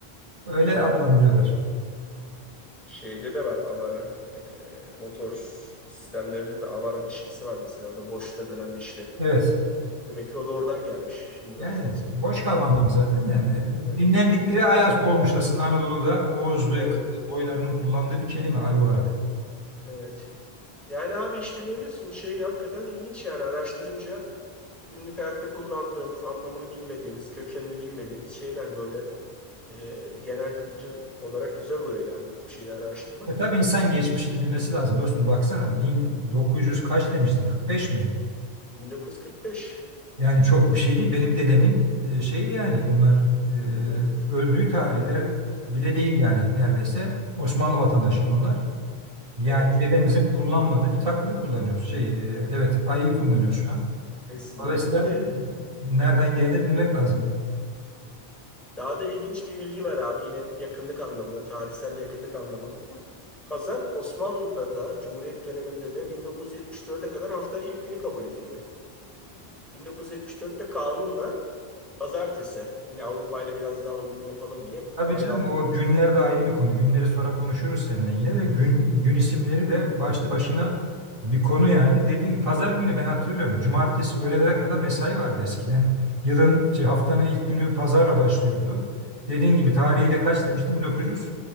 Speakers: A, on the right; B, in the centre.
A: Öyle
B: Ava.
A: adlandırıyorlar.
B: evet. Şeyde de var avara. E, motor sistemlerinde de avara dişlisi var mesela. O da boşta dönen dişli.
A: Evet.
B: Demek ki o da oradan gelmiş. Şimdi
A: Yani
B: bak sen söyleyince.
A: boş kalma anlamı zaten yani
B: Evet.
A: dinlendikleri
B: aklıma
A: ay
B: geldi.
A: as- olmuş aslında Anadolu'da Oğuz ve
B: Evet.
A: Kıbrıs boylarının kullandığı bir kelime ay olarak.
B: Evet. Yani abi işte görüyorsun şey hakikaten ilginç yani araştırınca günlük hayatta kullandığımız, anlamını bilmediğimiz, kökenini bilmediğimiz şeyler böyle e, genel kültür olarak güzel oluyor yani bu tip şeyleri araştırmak.
A: E tabii insan geçmişini bilmesi lazım. Dostum baksana 1900 kaç demiştin 45 mi?
B: 1945.
A: Yani çok bir şey değil. Benim dedemin e, şeyi yani bunlar
B: Evet.
A: e, öldüğü tarihler bile
B: Evet.
A: değil yani neredeyse. Osmanlı vatandaşıydı onlar. Yani
B: Evet.
A: bedenimizin kullanmadığı bir takvimi kullanıyoruz. Şey, e, evet ayı kullanıyoruz şu an.
B: Ne isimler.
A: Dolayısıyla
B: Bir de
A: nereden geldi bilmek lazım.
B: daha da ilginç bir bilgi var abi yine yakınlık anlamında, tarihsel yakınlık anlamında. Pazar Osmanlı'da da Cumhuriyet döneminde de 1974'e kadar haftanın ilk günü kabul ediliyor. 1974'te kanunla pazartesi yine Avrupa ile biraz daha uyumu yapalım diye muhtemelen
A: Tabii canım
B: Avrupa
A: o günler de ayrı bir konu. Günleri sonra konuşuruz seninle yine de gün,
B: Evet.
A: gün isimleri de başlı başına bir konu yani. Dediğin gibi pazar günü ben hatırlıyorum. Cumartesi öğlelere kadar mesai vardı eskiden. Yılın şey, haftanın ilk günü pazarla başlıyordu. Dediğin gibi tarihi de kaç demiştim 1900.